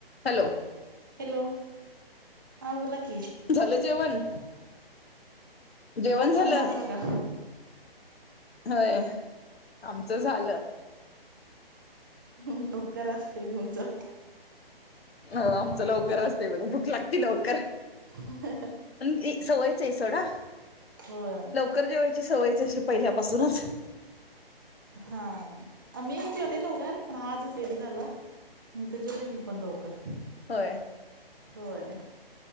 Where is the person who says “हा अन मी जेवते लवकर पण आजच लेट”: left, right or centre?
Right